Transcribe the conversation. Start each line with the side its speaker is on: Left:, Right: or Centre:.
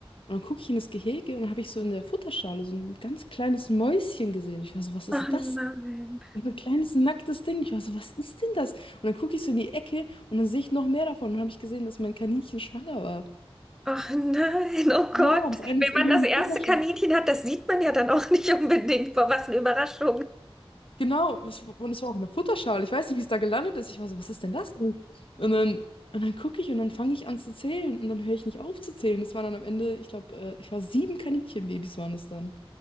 Left: und dann gucke ich in das Gehege und dann habe ich so in der Futterschale so ein ganz kleines Mäuschen gesehen. Ich war so, was ist
Centre: Ach nein.
Left: das? Und ein kleines nacktes Ding. Ich war so, was ist denn das? Und dann gucke ich so in die Ecke und dann sehe ich noch mehr davon. Und dann habe ich gesehen, dass mein Kaninchen schwanger war.
Centre: Ach nein, oh Gott.
Left: Ja, das eine
Centre: Wenn
Left: ist irgendwie
Centre: man das
Left: in
Centre: erste
Left: die Futterschale.
Centre: Kaninchen hat, das sieht man ja dann auch <laughs> nicht unbedingt. Boah, was eine Überraschung.
Left: Genau, es- und es war auch eine Futterschale. Ich weiß nicht, wie es da gelandet ist. Ich war so, was ist denn das denn? Und dann, und dann gucke ich und dann fange ich an zu zählen und dann höre ich nicht auf zu zählen. Es waren dann am Ende, ich glaube, äh, ich war sieben Kaninchenbabys waren es dann.